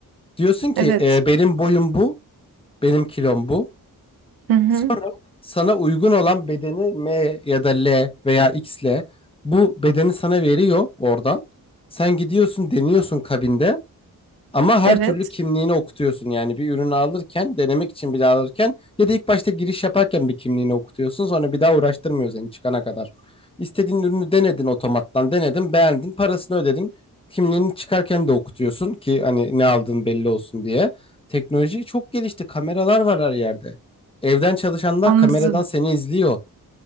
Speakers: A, on the left; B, on the right.
A: Diyorsun ki
B: evet.
A: "E, benim boyum bu, benim kilom bu.
B: Hı hı,
A: Sonra sana uygun olan bedeni M ya da L veya X ile bu bedeni sana veriyor oradan. Sen gidiyorsun deniyorsun kabinde. Ama her
B: evet.
A: türlü kimliğini okutuyorsun yani bir ürünü alırken, denemek için bile alırken ya da ilk başta giriş yaparken bir kimliğini okutuyorsun. Sonra bir daha uğraştırmıyor seni çıkana kadar. İstediğin ürünü denedin otomattan, denedin, beğendin, parasını ödedin. Kimliğini çıkarken de okutuyorsun ki hani ne aldığın belli olsun diye. Teknoloji çok gelişti. Kameralar var her yerde. Evden çalışanlar
B: Anladım.
A: kameradan seni izliyor.